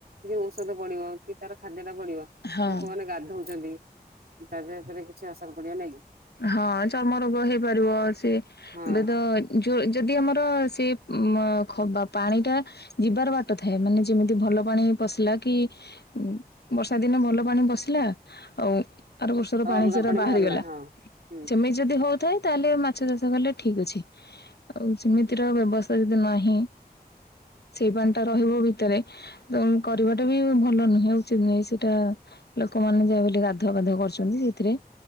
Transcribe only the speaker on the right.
ଯୋ ଓଷଦ ପଡ଼ିବ କି ତାର ଖାଦ୍ୟ ଟା ବଡିବ।
ଲୋକ ମାନେ ଗାଧଉଛନ୍ତି ତାଙ୍କ ଉପରେ କିଛି ଆସଦ ପଡିିବନି।
ହଁ
ଆଉ
ଅଲଗା
ବାହାରିଲା ହଁ ହୁଁ